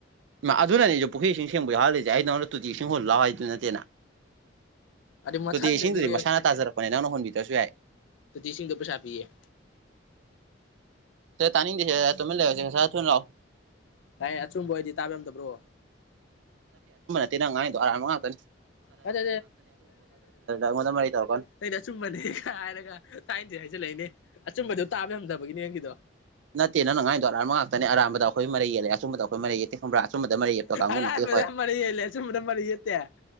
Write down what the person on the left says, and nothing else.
ꯑꯗꯩ ꯃꯊꯪꯗꯒꯤꯗꯤ
ꯇ‌ꯣꯇꯤ ꯏꯁꯤꯡꯗ‌ꯣ ꯄꯩꯁꯥ ꯄꯤꯌ‌ꯦ
ꯇꯥꯏ ꯑꯆꯨꯝꯕ ꯑꯣꯏꯗꯤ ꯇꯥꯕ ꯉꯝꯗꯕ꯭ꯔꯣ
ꯑꯗ
ꯑꯗꯩꯅ ꯆꯨꯝꯕꯅꯤ ꯀꯅ ꯊꯥꯏꯅ ꯍꯥꯏ ꯂꯩꯅꯦ ꯑꯆꯨꯝꯕꯗꯣ ꯇꯥꯕ ꯌꯥꯝꯗꯕꯒꯤꯅꯦ ꯅꯪꯒꯤꯗꯣ
ꯑꯔꯝꯕꯗ
ꯃꯔꯤꯂꯦ ꯆꯨꯝꯗ ꯃꯔꯤꯦ ꯇ